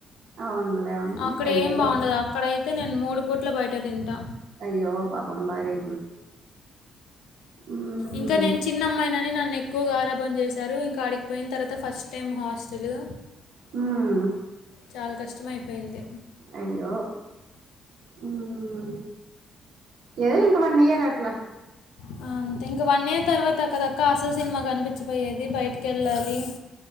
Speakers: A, on the right; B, on the left.
A: అవునులే అవునులే
B: అక్కడ
A: అయ్యో
B: ఏం బావుండాద్ అక్ అక్కడైతే నేను మూడు పూట్ల బయట తింటా.
A: అయ్యో పాపం బాగై మ్మ్
B: ఇంకా నేను చిన్నమ్మాయినని నన్ ఏక్ కు ఆరభం చేశారు. ఇంకా ఆడిగిపోయిన తర్వాత ఫస్ట్ టైం హాస్టలు..
A: హుమ్మ్
B: చాలా కష్టం అయిపోయింది.
A: అయ్యో హుమ్మ్ ఏదో లింక్ బ నియారట్లా
B: మవ్ ఆ అంతే ఇంకా వన్ ఇయర్ తర్వాత కదా అక్క అసలు సినిమా కనిపించపోయేది బయటికి ఏళ్ళాలి.